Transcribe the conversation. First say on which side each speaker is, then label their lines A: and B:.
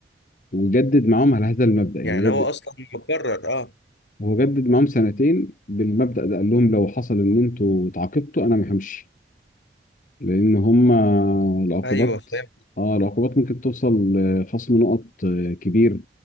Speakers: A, on the left; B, on the left.
A: وجدد معاهم على هذا المبدأ يعني
B: يعني هو
A: جدد
B: اصلا مكرر اه
A: هو جدد معاهم سنتين بالمبدأ ده قال لهم لو حصل إن أنتوا اتعاقبتوا أنا ما همشي لأن هما العقوبات
B: ايوه فاهم
A: اه العقوبات ممكن توصل لخصم نقط آه، كبير